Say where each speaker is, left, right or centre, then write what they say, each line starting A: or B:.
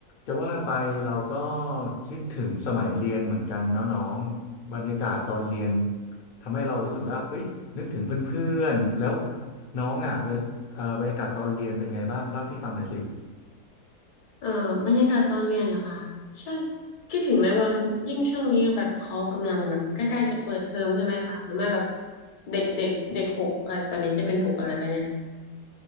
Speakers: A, on the left; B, on the left.
A: จะว่าไปเราก็คิดถึงสมัยเรียนเหมือนกันเนาะน้องบรรยากาศตอนเรียนทำให้เรารู้สึกว่าเอ้ยนึกถึงเพื่อนๆแล้วน้องอ่ะเวลเอ่อบรรยากาศตอนเรียนเป็นไงบ้างเล่าให้พี่ฟังหน่อยสิ
B: เอ่อบรรยากาศตอนเรียนเหรอคะใช่คิดถึงเลยวันยิ่งช่วงนี้แบบเขากำลังแบบใกล้ๆจะเปิดเทอมใช่ไหมคะหรือไม่แบบเด็กเด็กเด็กหกอะไรตอนนี้จะเป็นหกอะไรแล้วเนี่ย